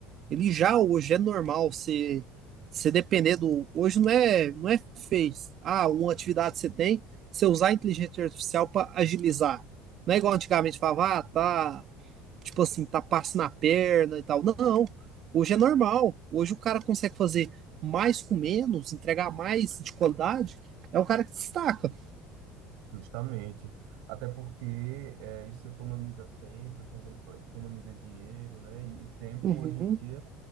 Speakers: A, on the right (about 45°); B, on the right (about 75°).
A: ele já hoje é normal você você depender do. Hoje não é, não é fez. Ah, uma atividade que você tem, você usar a inteligência artificial para agilizar. Não é igual antigamente falava, ah, tá, tipo assim, tá passo na perna e tal. Não, hoje é normal. Hoje o cara consegue fazer mais com menos, entregar mais de qualidade. É o cara que destaca.
B: Justamente. Até porque é, isso economiza tempo, ecoso- economiza dinheiro, né? E tempo,
A: Uhum.
B: hoje em dia,